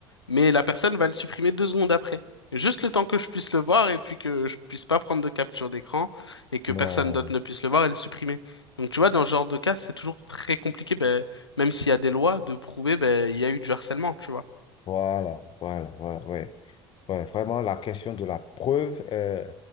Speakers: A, on the left; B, on the left.
A: mais la personne va le supprimer deux secondes après. Juste le temps que je puisse le voir et puis que je puisse pas prendre de capture d'écran et que personne
B: Non,
A: d'autre ne puisse le voir et le supprimer. Donc tu vois, dans ce genre de cas, c'est toujours très compliqué, ben, même s'il y a des lois, de prouver ben, il y a eu du harcèlement, tu vois.
B: voilà, voilà, voilà, ouais. Ouais, vraiment, la question de la preuve euh,